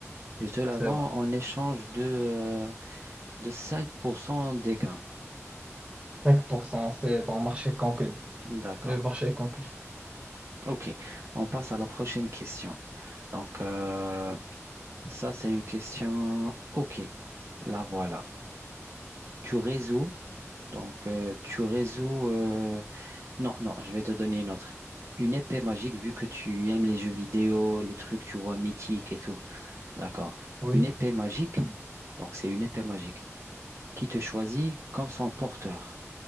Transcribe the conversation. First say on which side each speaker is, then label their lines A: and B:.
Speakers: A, on the right; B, on the right.
A: Je te la
B: c'est
A: vends
B: bon.
A: en échange de, euh, de 5% des gains.
B: 5%, c'est bon, marché conclu.
A: D'accord.
B: Le marché est conclu.
A: Ok, on passe à la prochaine question. Donc, euh, ça, c'est une question. Ok, la voilà. Tu résous. Donc, euh, tu résous. euh, Non, non, je vais te donner une autre. Une épée magique, vu que tu aimes les jeux vidéo, les trucs, tu vois, mythiques et tout. D'accord.
B: Oui.
A: Une épée magique. Donc, c'est une épée magique qui te choisit comme son porteur.